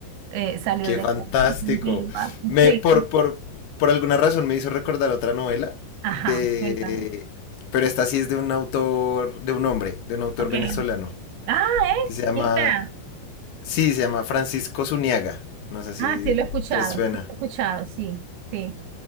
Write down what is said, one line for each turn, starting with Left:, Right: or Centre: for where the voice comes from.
Right: eh, salió
Left: Qué
Right: de
Left: fantástico.
Right: la <laughs> antigua.
Left: Me,
Right: Sí.
Left: por, por, por alguna razón me hizo recordar otra novela
Right: Ajá,
Left: de,
Right: cuéntame.
Left: pero esta sí es de un autor, de un hombre, de un autor
Right: Ok.
Left: venezolano,
Right: Ah, ¿eh?
Left: que se llama,
Right: ¿Quién será?
Left: sí, se llama Francisco Zuniaga. No sé si
Right: Ah, sí lo he escuchado,
Left: te suena.
Right: sí lo he escuchado, sí, sí.